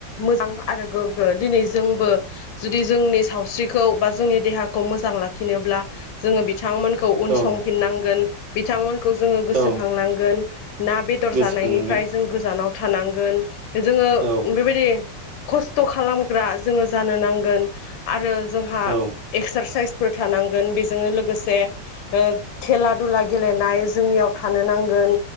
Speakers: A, on the left (about 85°); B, on the right (about 65°).
A: मोजां आरो गोग्गो दिनै जोंबो जुदि जोंनि सावस्रिखौ बा जोंनि देहाखौ मोजां लाखिनोब्ला जोङो बि बिथांमोनखौ उनसंफिननांगोन।
B: औ
A: बिथांमोन। खौ जोङो गोसोखांनांगोन।
B: औ
A: ना बेदर
B: गोसोखांनांगोन
A: जानायनिफ्राय जों गोजानाव थानांगोन। जोङो
B: औ
A: बेबायदि। खस्थ' खालामग्रा जोङो जानो नांगोन आरो जोंहा।
B: औ
A: एक्सारसाइसफोर थानांगोन बेजोंनो लोगोसे ओ खेला दुला गेलेनाय जोंनियाव थानो नांगोन।